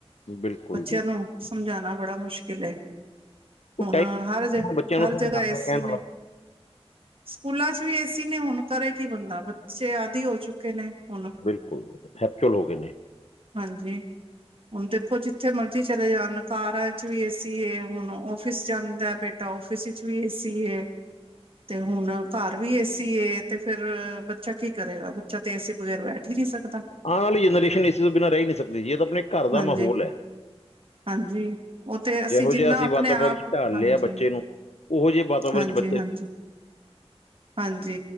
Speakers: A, on the left; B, on the right.
A: ਬਿਲਕੁਲ
B: ਬੱਚਿਆਂ
A: ਜੀ
B: ਨੂੰ, ਸਮਝਾਣਾ ਬੜਾ ਮੁਸ਼ਕਿਲ ਐ।
A: ਉਹ
B: ਹੁਣ,
A: ਟਾਈਮ
B: ਹਰ ਜ,
A: ਬੱਚਿਆਂ
B: ਹਰ
A: ਨੂੰ ਸਮਝਾਉਣਾ
B: ਜਗਾ ਏਸੀ
A: ਕਹਿਣ ਵਾਲਾ
B: ਨੇ ਸਕੂਲਾਂ 'ਚ ਵੀ ਏਸੀ ਨੇ, ਹੁਣ ਕਰੇ ਕੀ ਬੰਦਾ, ਬੱਚੇ ਆਦਿ ਹੋ ਚੁੱਕੇ ਨੇ। ਹੁਣ
A: ਬਿਲਕੁਲ, ਹੈਪਚੁਅਲ ਹੋ ਗਏ ਨੇ
B: ਹਾਂਜੀ, ਹੁਣ ਤੇ ਉਹ ਜਿੱਥੇ ਮਰਜ਼ੀ ਚਲੇ ਜਾਣ। ਕਾਰਾਂ ਵਿੱਚ ਵੀ ਏ ਸੀ ਏ ਹੁਣ, ਔਫਿਸ਼ ਜਾਂਦਾ ਬੇ। ਤਾਂ ਔਫਿਸ ਵਿਚ ਵੀ ਏ ਸੀ ਏ। ਤੇ ਹੁਣ ਘਰ ਵੀ ਏਸੀ ਏ ਤੇ ਫੇਰ, ਬੱਚਾ ਕੀ ਕਰੇਗਾ ਅਬ ਬਚਾ ਏ ਸੀ ਬਗੈਰ ਬੈਠ ਹੀ ਨਹੀਂ ਸਕਤਾ।
A: ਆਣ ਆਲੀ ਜਨਰੇਸ਼ਨ, ਏਸੀ ਤੋਂ ਬਿਨਾਂ ਰਹਿ ਨਹੀਂ ਸਕਦੀ ਜੀ। ਇਹ ਤਾਂ ਆਪਣੇ ਘਰ
B: ਹਾਂਜੀ
A: ਦਾ ਮਾਹੌਲ ਐ।
B: ਹਾਂਜੀ ਉਹ ਤੇ
A: ਜਿਹੋ
B: ਜਿੰਨਾ
A: ਜਿਹਾ ਅਸੀਂ
B: ਆਪਣੇ
A: ਵਾਤਾਵਰਨ
B: ਆਪ
A: 'ਚ ਢਾਲ
B: ਹਾਂਜੀ
A: ਲਿਆ ਬੱਚੇ ਨੂੰ। ਉਹੋ ਜਿਹੇ ਵਾਤਾਵਰਨ
B: ਹਾਂਜੀ
A: 'ਚ ਬੱਚੇ।
B: ਹਾਂਜੀ ਹਾਂਜੀ,